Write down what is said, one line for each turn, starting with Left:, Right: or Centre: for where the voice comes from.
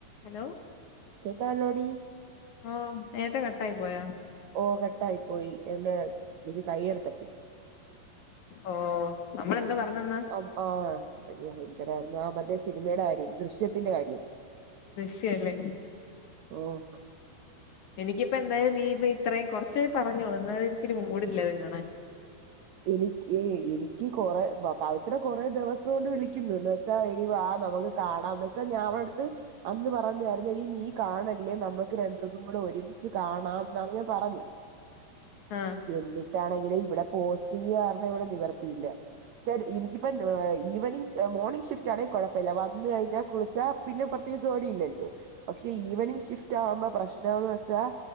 Left: Hello
Right: കേക്കാണോടി
Left: ഓഹ് നേരത്തെ കട്ടായി പോയോ
Right: ഓഹ് കട്ടായി പോയി എൻ്റെ ഇത് കയ്യേറി തട്ടി
Left: ഓഹ് നമ്മളെന്താ പറഞ്ഞ് വന്നെ
Right: അം ആഹ് അയ്യോ എന്തരായിരുന്നു ആഹ് മറ്റേ സിനിമേയ്ടെ കാര്യം ദൃശ്യത്തിന്റെ കാര്യം
Left: ദൃശ്യ അല്ലേ
Right: ഓഹ്
Left: എനിക്കിപ്പ എന്തായാലും നീ ഇപ്പ ഇത്രേയും കുറച്ചേ പറഞ്ഞോളൂ എന്നാലത് എനിക്കൊരു മൂടില്ലാ ത് കാണാൻ
Right: എനിക്ക് എനിക്ക് കൊറെ പ പവിത്ര കൊറേ ദെവ സായിട്ട് വിളിക്കുന്ന് എന്ന് വെച്ചാ എടി വാ നമുക്ക് കാണാംന്നെച്ചാ ഞാവളെട്ത്ത് അന്ന് പറഞ്ഞായ് രുന്നെടീ നീ കാണല്ലേ നമുക്ക് രണ്ട്ര്റേർക്കും കൂടെ ഒരുമിച്ച് കാണാംന്നാണ് ഞാൻ പറഞ്
Left: ആഹ്
Right: എന്നിട്ടാണെങ്കില് ഇവടെ പോസ്റ്റിംഗ് കാരണം ഇവടെ നിവർത്തിയില്ല. ച്ചാൽ എനിക്കിപ്പം ഈവനിങ് മോർണിംഗ് ഷിഫ്റ്റാണേ കൊഴപ്പില്ല വന്ന് കഴിഞ്ഞാ കുളിച്ചാ പിന്നെ പ്രത്യേകിച്ച് ജോലി ഇല്ലല്ലോ. പക്ഷേ ഈവനിംഗ് ഷിഫ്റ്റാവുമ്പ പ്രശ്നോന്ന് വെച്ചാ